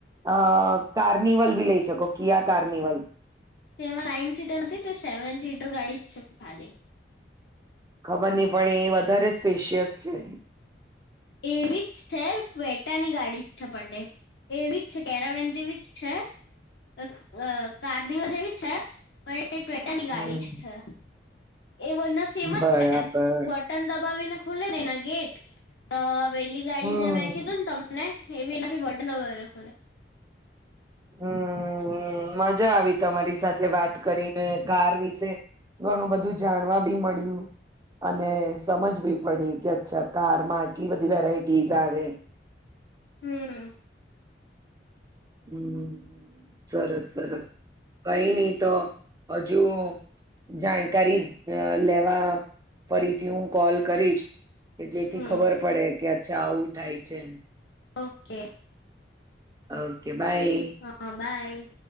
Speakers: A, on the right; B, on the left.
A: અ કાર્નિવલ બી લઈ શકો કિયા કાર્નિવલ.
B: તે એમાં નાઈન સીટર નથી તો સેવન સીટર ગાડી જ છે ખાલી.
A: ખબર નહ પણ એ વધારે સ્પેશિયસ છે.
B: એવી જ છે ટ્વેટાની ગાડી જ છે પંડે, એવી જ છે. કેરાવેન જેવી જ છે, તો. અ કાર્નઓ જેવી છે પણ ટ્વેટા ની
A: હમ
B: ગાડી છે છે એ વણ સેમ
A: બરાબર
B: જ છે બટન દબાવીને ખુલ્લે નહી ના ગેટ. આ. પેલી ગાડી
A: હમ
B: જે મેં કીધું ને તમને. એવી એના બી વધઢ ન એ
A: હમ્મ મજા આવી તમારી સાથે વાત કરીને કાર વિશે ઘણું બધું જાણવા બી મળ્યું અને સમજ બી પડી કે અચ્છા કારમાં આટલી બધી વેરાઈટી આવે.
B: હમ્મ.
A: હમ્મ સરસ સરસ કઈ નહી તો હજુ જાણકારી અ લેવા ફરીથી હું કોલ કરીશ. કે જેથી
B: હમ
A: ખબર પડે કે છા આવું થાય છે એમ.
B: ઓકે.
A: અ. બાઈ.
B: હા બાય.